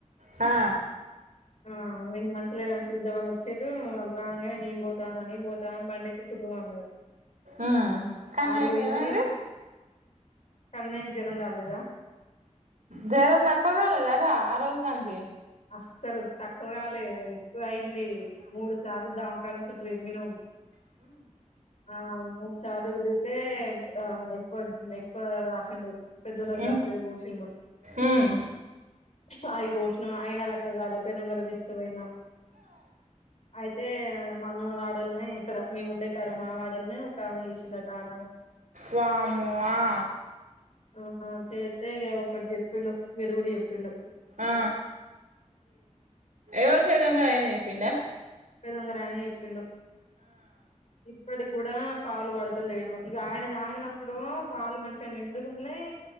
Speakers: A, on the right; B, on the left.
A: హా
B: ఆ నేను మంచిలేదని చూద్దాం అని వచ్చిరు వాళ్ళు రాగానే నేను పోతా నేను పోతా అని బండి ఎక్కి తుర్రు మన్నది
A: మ్మ్ కన్నయ్యకి
B: ఆడిపోయింది
A: ఏమైంది
B: కన్నయకి జరం రాలేదా
A: జ్వరం తక్కువ కాలేదరా ఆ రోజు కాంచి
B: అస్సలు తక్కువగా లే ఎక్కువ అయింది మూడు సార్లు దమకాలం చుట్టూ తిరిగినాం ఆ మూడు సార్లు తిరిగితే ఆ ఎక్కువ ఆశలు పెద్దలగా
A: ఉమ్
B: రాషే పోషిండు
A: ఉమ్
B: సో అవి పోషి అయినా తక్కువ గాలే పెను ఉంగరం తీసుకుపోయినా అయితే మనం మా ఆడల్నే ఇక్కడ మేము ఉండే కాడ మా వాడల్నే ఒకమె చేసిందిట ఆడాలని
A: వఅమో ఆ
B: ఆహ చేతే ఒకటి చెప్పిండు వీరుగుడు చెప్పిండు
A: ఆ ఎవ ఏదంగరయని చెప్పిడా
B: పెన్ను ఉంగరం అని చెప్పిండు ఇప్పుడు కూడా పాలు పడతలేడు ఇక ఆయన దాగన ఇప్పుడు పాల మంచి చాలా నిండుగున్నయి